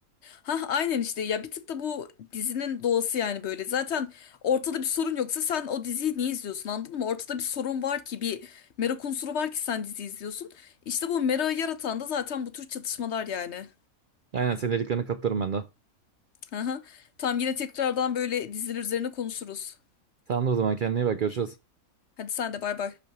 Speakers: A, on the left (about 55°); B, on the right (about 80°).
A: Ha aynen işte ya bir tık da bu dizinin doğası yani böyle. Zaten ortada bir sorun yoksa sen o diziyi niye izliyorsun anladın mı? Ortada bir sorun var ki bir merak unsuru var ki sen dizi izliyorsun. İşte bu merakı yaratan da zaten bu tür çatışmalar yani.
B: Aynen senin dediklerine katılıyorum ben de.
A: Aha. Tamam yine tekrardan böyle diziler üzerine konuşuruz.
B: Tamamdır o zaman kendine iyi bak görüşürüz.
A: Hadi sen de bay bay.